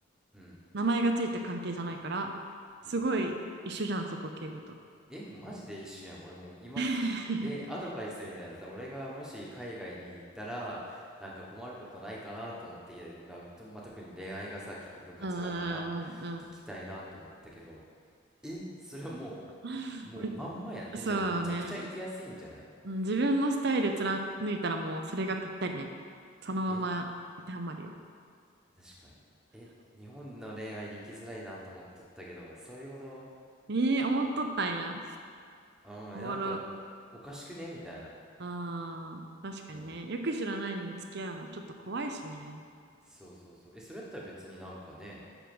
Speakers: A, in the centre; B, on the right.
A: うん、
B: 名前がついた関係じゃないから、すごい一緒じゃん、
A: うん。
B: そこ、敬語と。
A: え、マジで一緒やん。俺もう今、
B: <laughs>
A: え、アドバイスみたいなさ、俺がもし海外に行ったら、なんか困ることないかなと思って、なんかと、まあ、特に恋愛がさ、結構文化違うから、
B: うんうんうん
A: 聞きたいなと思ったけど、え、それはも
B: うん。<laughs>
A: う、もうまんまやん。え、
B: そうね。
A: じゃあもうめちゃくちゃ行きやすいんじゃない
B: うん自分のスタイル貫いたらもうそれがぴったりね。そのまま当てはまるよ。
A: え、確かに。え、日本の恋愛で行きづらいなと思っとったけど、そういうこと
B: ええ思っとったんや。
A: うん、
B: おもろ。
A: え、なんか、おかしくねみたいな。
B: うん。確かにね。
A: うん。
B: よく知らないのに付き合うのはちょっと怖いしね。
A: そうそうそう。え、それやったら別になんかね、